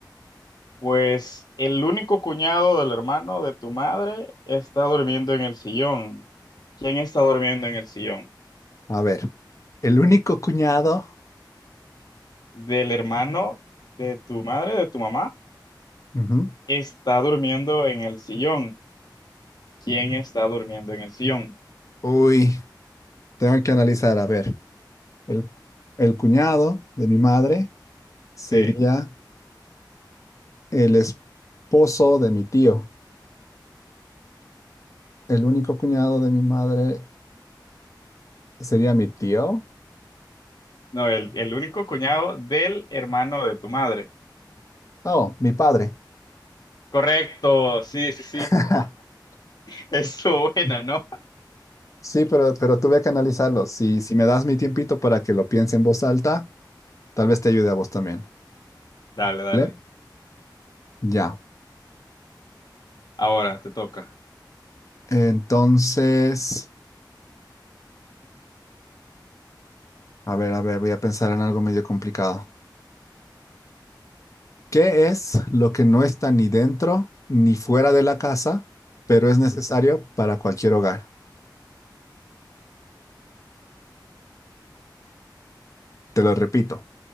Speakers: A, on the left (about 60°); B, on the left (about 45°).
A: pues el único cuñado del hermano de tu madre está durmiendo en el sillón. ¿Quién está durmiendo en el sillón?
B: A ver, el único cuñado.
A: ¿Del hermano de tu madre, de tu mamá?
B: Ujú.
A: Está durmiendo en el sillón. ¿Quién está durmiendo en el sillón?
B: Uy, tengo que analizar, a ver. El, el cuñado de mi madre sería
A: Sí.
B: el esposo de mi tío. El único cuñado de mi madre ¿Sería mi tío?
A: No, el, el único cuñado del hermano de tu madre.
B: Oh, mi padre.
A: Correcto, sí, sí, sí.
B: <laughs>
A: <laughs> Eso, buena, ¿no?
B: Sí, pero, pero tuve que analizarlo. Si, si me das mi tiempito para que lo piense en voz alta, tal vez te ayude a vos también.
A: Dale, dale.
B: ¿Vale? Ya.
A: Ahora te toca.
B: Entonces, a ver, a ver, voy a pensar en algo medio complicado. ¿Qué es lo que no está ni dentro ni fuera de la casa, pero es necesario para cualquier hogar? Te lo repito.